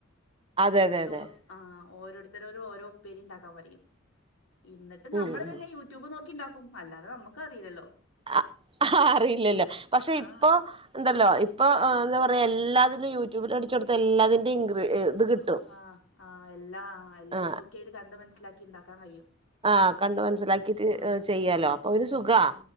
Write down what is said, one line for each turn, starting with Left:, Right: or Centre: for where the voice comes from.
Right: അതെ അതെ
Left: ന്നിട്ട്
Right: അതെ
Left: ആഹ ഓരോരുത്തരോട് ഓരോപ്പേരി ഉണ്ടാക്കാൻ പറയ്യും ന്നിട്ട് നമ്മള്
Right: ഉം
Left: തന്നെ യൂട്യൂബ് നോക്കിണ്ടാക്കും അല്ലാതെ നമുക്ക് അറിയില്ലല്ലോ
Right: ആഹ ആഹ് അറിയില്ലലോ പക്ഷെ ഇപ്പൊ
Left: ആ
Right: ണ്ടല്ലോ ഇപ്പൊ എന്താ പറയുക എല്ലാത്തിനും യൂട്യൂബിൽ അടിച്ച കൊടുത്ത എല്ലാത്തിന്റെയും. ഇൻഗ്രി ത് കിട്ടും
Left: ആഹ ആഹ എല്ലാ ആഹ എല്ലതും
Right: ആ
Left: നോക്കിയതിൽ കണ്ട് മനസ്സിലാക്കി ണ്ടാക്കാൻ കഴിയും
Right: ആഹ കണ്ട് മനസ്സിലാക്കിട്ട്
Left: ആ
Right: ചെയ്യാലോ അപ്പൊഒര് സുഖാ
Left: ആ